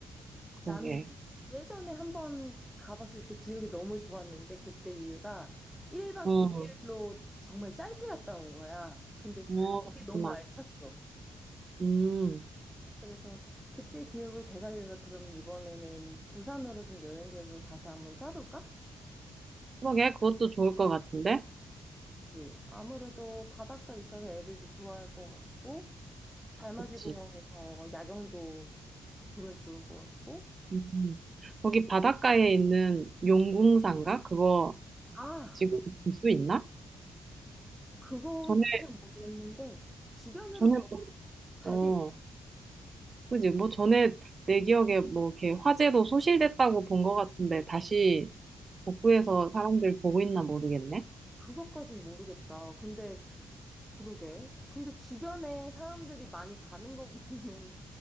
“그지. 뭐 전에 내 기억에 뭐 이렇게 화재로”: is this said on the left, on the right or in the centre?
Right